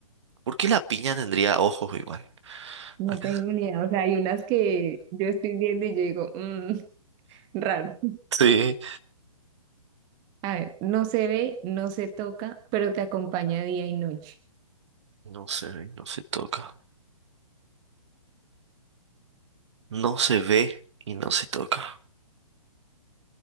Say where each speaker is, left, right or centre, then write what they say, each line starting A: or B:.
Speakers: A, on the right (about 50°); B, on the right (about 25°).
A: ¿Por qué la piña tendría ojos igual?
B: no
A: <laughs>
B: tengo ni idea. O sea, hay unas que yo estoy viendo y yo digo, mm, raro.
A: Sí.
B: A ver, no se ve, no se toca, pero te acompaña día y noche.
A: No se ve, no se toca. No se ve y no se toca.